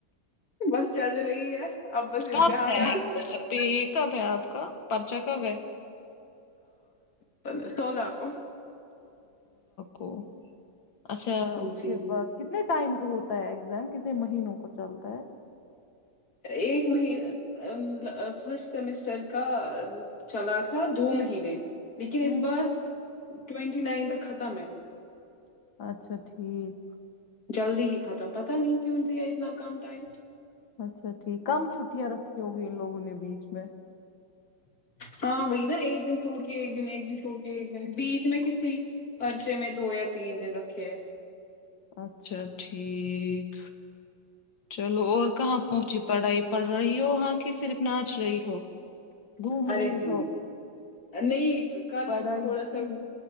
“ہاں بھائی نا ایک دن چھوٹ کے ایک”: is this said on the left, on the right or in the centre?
Left